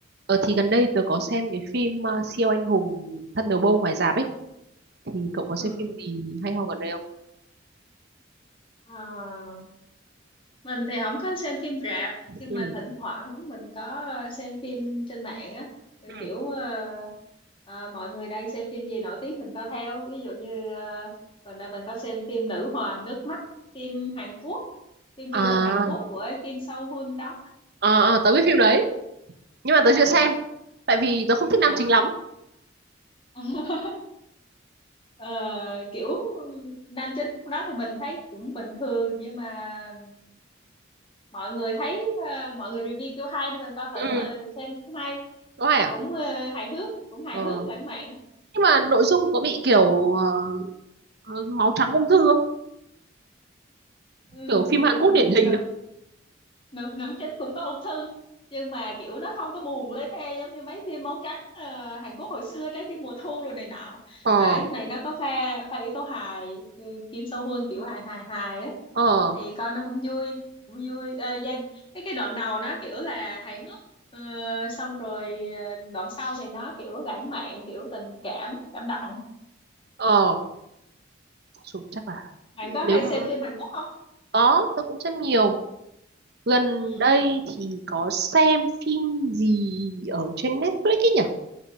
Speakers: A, on the right; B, on the left.
A: Ờ thì gần đây tớ có xem cái phim uh, siêu anh hùng Thunderbolt ngoài rạp ấy thì cậu có
B: Ừ.
A: xem phim gì hay ho gần đây không?
B: Ờ, mình thì không có xem phim rạp
A: Ừ.
B: nhưng mà thỉnh thoảng mình có ờ, xem phim trên mạng á Ừ,
A: Ừ.
B: kiểu ờ, ờ, mọi người đang xem phim gì nổi tiếng mình coi theo ví dụ như ờ, gần đây mình có xem phim Nữ hoàng nước mắt phim Hàn Quốc phim
A: À,
B: truyền hình Hàn Quốc của Kim Sâu Hun đóng
A: à, à tớ biết phim đấy nhưng mà
B: à,
A: tớ chưa xem tại vì tớ không thích
B: à.
A: nam chính lắm.
B: <laughs> Ờ, kiểu nam chính lúc đó thì mình thấy cũng bình thường nhưng mà mọi người thấy ờ, mọi người review kiểu hay nên mình coi thử
A: Ừ.
B: mà xem hay
A: Có hay à?
B: cũng ờ, hài hước cũng hài
A: Ờ.
B: hước lãng mạn
A: Nhưng mà nội dung có bị kiểu ờ, ờ, máu trắng ung thư không?
B: Ừm,
A: Kiểu phim Hàn Quốc điển hình
B: nữ
A: á.
B: nữ nữ chính cũng có ung thư nhưng mà kiểu nó không có buồn lê thê giống như mấy phim máu trắng ờ, Hàn Quốc hồi xưa trái tim mùa thu rồi này nọ
A: Ờ
B: mà cái này nó có pha pha yếu tố hài ừ, Kim So Hyun kiểu hài hài hài ấy
A: ờ
B: thì coi nó cũng vui cũng vui Ờ, gia- cái cái đoạn đầu nó kiểu là hài hước Ờ, xong rồi ờ, đoạn sau thì nó kiểu lãng mạn kiểu tình cảm cảm động
A: ờ Chù, chắc là
B: bạn
A: nếu
B: có hay
A: mà
B: xem phim Hàn Quốc không
A: có tớ cũng xem nhiều. Gần
B: ừ
A: đây thì có xem phim gì ở trên Netflix ấy nhỉ?